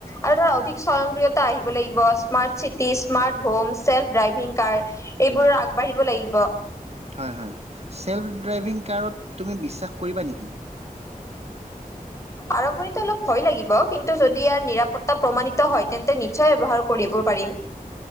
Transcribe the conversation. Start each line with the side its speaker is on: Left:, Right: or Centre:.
Left: আৰু ধৰক। স্বয়ংক্ৰিয়তা আহিব লাগিব smart city smart home self driving car এইবোৰ আগবাঢ়িব লাগিব।
Right: হয় হয় ছেভ ডাইভিংকাৰত তুমি বিশ্বাস কৰিবা নেকি।
Left: আৰম্ভণিতে অলপ ভয় লাগিব কিন্তু যদি ইয়াৰ নিৰাপত্তা প্ৰমাণিত হয় তেন্তে নিশ্চয় ব্যৱহাৰ কৰিব পাৰিম